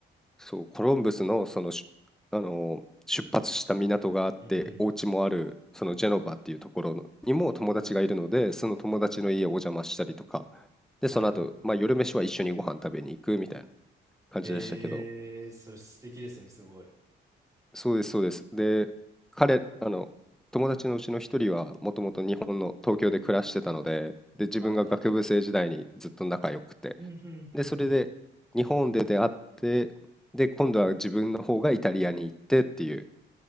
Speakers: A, in the centre; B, on the right.
A: そう、コロンブスのその、しあの、出発した港があって、
B: うんうん。
A: お家もある、そのジェノバっていうところにも友達がいるので、その友達の家をお邪魔したりとか、
B: はい。
A: で、
B: はい。
A: その後、まあ夜飯は一緒にご飯食べに行くみたいな感じでしたけど、
B: ええ、それ素敵ですね、すごい。
A: そうですそうです。で、彼、あの、友達のうちの一人はもともと日本の東京で暮らしてたので、で、自分が学部生時代にずっと仲良くて、
B: はい。うんうんうんうん。
A: で、それで日本で出会って、で、今度は自分の方がイタリアに行ってっていう、